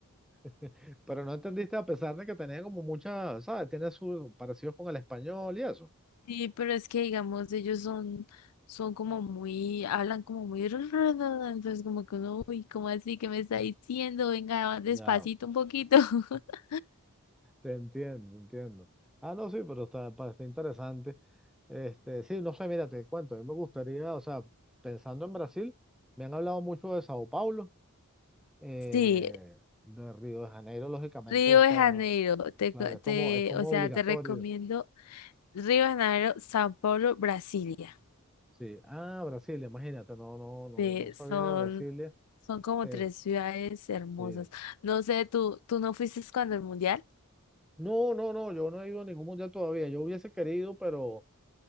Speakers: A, in the centre; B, on the left.
A: <laughs> Pero no entendiste a pesar de que tenía como mucha, ¿sabes? Tiene sus parecidos con el español y eso.
B: Sí, pero es que digamos, ellos son, son como muy, hablan como muy, ru- ru- ru, entonces como que uno, uy, ¿cómo así que me está diciendo? Venga, despacito
A: Ya,
B: un poquito. <laughs>
A: Te entiendo, entiendo. Ah, no, sí, pero está, pa- está interesante. Este, sí, no sé, mira, te cuento, a mí me gustaría, o sea, pensando en Brasil, me han hablado mucho de Sao Paulo, eh,
B: Sí,
A: de Río de Janeiro, lógicamente
B: Río
A: está,
B: de Janeiro, te,
A: claro,
B: co-
A: es como,
B: te,
A: es como
B: o sea,
A: obligatorio.
B: te recomiendo Río de Janeiro, São Paulo, Brasilia.
A: Sí, ah, Brasilia, imagínate, no, no, no,
B: Sí,
A: no sabía
B: son,
A: de Brasilia.
B: son como
A: Eh,
B: tres ciudades hermosas.
A: sí.
B: No sé, tú, tú no fuiste cuando el mundial.
A: No, no, no, yo no he ido a ningún mundial todavía, yo hubiese querido, pero